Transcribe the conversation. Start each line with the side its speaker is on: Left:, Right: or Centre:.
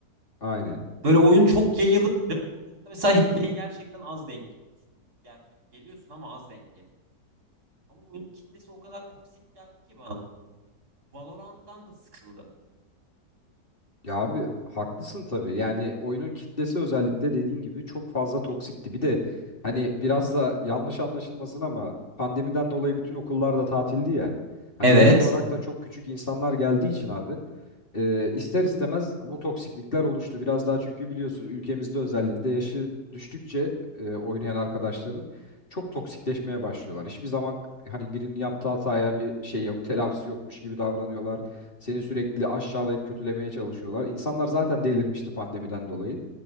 Left: Aynen.
Right: Böyle oyun çok yayılınca mesela hileye gerçekten az denk geliyor. Gerçek geliyorsun ama az denk geliyor. Ama oyunun kitlesi o kadar toksik geldi ki bana. Valorant'tan da sıkıldım.
Left: Ya abi haklısın tabii. Yani oyunun kitlesi özellikle dediğin gibi çok fazla toksikti. Bir de hani biraz da yanlış anlaşılmasın ama pandemiden dolayı bütün okullar da tatildi ya. Hani
Right: Evet.
Left: yaş olarak da çok küçük insanlar geldiği için abi e, ister istemez bu toksiklikler oluştu. Biraz daha çünkü biliyorsun ülkemizde özellikle yaşı düştükçe e, oynayan arkadaşların çok toksikleşmeye başlıyorlar. Hiçbir zaman hani birinin yaptığı hataya bir şey yok, telafisi yokmuş gibi davranıyorlar. Seni sürekli aşağılayıp kötülemeye çalışıyorlar. İnsanlar zaten delirmişti pandemiden dolayı.